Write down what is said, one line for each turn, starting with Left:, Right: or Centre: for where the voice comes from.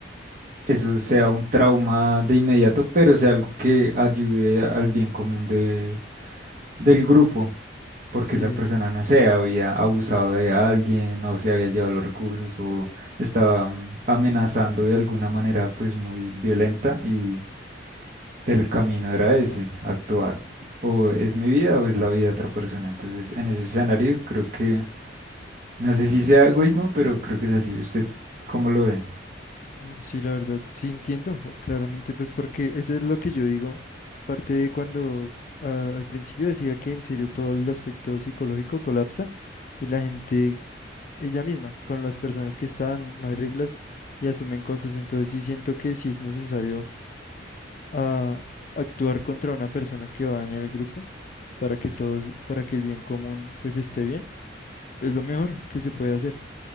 Right: eso sea un trauma de inmediato, pero sea algo que ayude al bien común de, del grupo. Porque
Left: sí.
Right: esa persona, no sé, había abusado de alguien o se había llevado los recursos o estaba mm, amenazando de alguna manera pues muy violenta y El camino era ese, actuar. O es mi vida o es la vida de otra persona. Entonces, en ese escenario, creo que, no sé si sea egoísmo, pero creo que es así. ¿Usted cómo lo ve?
Left: Mm, Sí, la verdad, sí entiendo, o claramente, pues porque eso es lo que yo digo, parte de cuando ah, al principio decía que en serio todo el aspecto psicológico colapsa y la gente, ella misma, con las personas que están, no hay reglas y asumen cosas, entonces sí siento que sí es necesario ah, actuar contra una persona que va a dañar el grupo para que todos, para que el bien común pues esté bien, es lo mejor que se puede hacer.